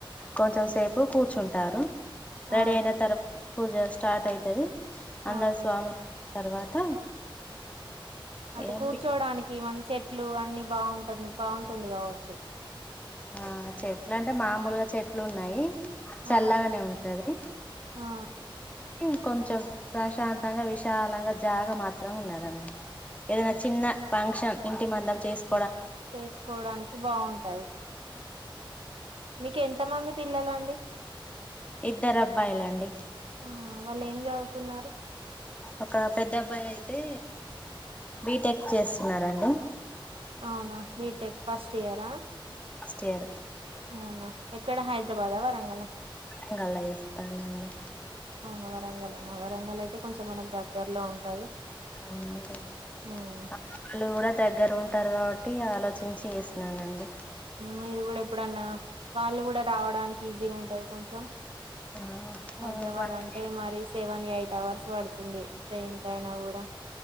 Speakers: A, on the left (about 15°); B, on the right (about 85°).
A: కొంచెం సేపు కూర్చుంటారు
B: ఆ
A: రెడీ అయినా తర పూజ స్టార్ట్ అయితది అందరూ
B: ఆ
A: స్వాములు తర్వాత
B: అటు
A: ఏం
B: కూర్చోవడానికి మంచి చె ఇట్లు అన్ని బాగుంట బాగుంటుంది కావచ్చు
A: ఆ చెట్లు అంటే మామూలుగా చెట్లు ఉన్నాయి
B: ఆ
A: చల్లగానే ఉంటది
B: ఆ
A: ం కొంచెం ప్రశాంతంగా విశాలంగా జాగ మాత్రం ఉన్నదండి ఏదైనా చిన్న ఫంక్షన్ ఇంటి మందం చేసుకు
B: చేసుకోడానికి బాగుంటది మీక ఎంత మంది పిల్లలు అంటే డీ
A: ఇద్దరు అబ్బాయిలండి
B: ఆ వాళ్ళు ఏం చదువుతున్నారు
A: ఒక పెద్ద అబ్బాయి అయితే బిటెక్ చేస్తున్నారంండి
B: అవునా బీటెక్ ఫస్ట్ ఇయరా
A: ఫస్ట్ ఇయర్
B: అవునా ఎక్కడ హైదరాబాదా వరంగల్ ఆ
A: ఇం గలా ఇస్తానండి
B: అవునా వరంగలనా వరంగల్ అయితే కొంచెం మనకు దగ్గరలో ఉంటది
A: అవునండి
B: ఉమ్.
A: వాళ్లుు కూడా దగ్గర ఉంట అంటారు కాబట్టి ఆలోచించి చేసినానండి
B: మీరు కూడా ఎప్పుడన్న వాళ్ళు కూడా రావడానికి ఈజీగా ఉంటది కొంచెం
A: ఆ ఆ,
B: హైదరాబాద్
A: వా-
B: అంటే మరి సెవెన్ ఎయిట్ అవర్స్ పడుతుంది ట్రైన్ కయినా కూడా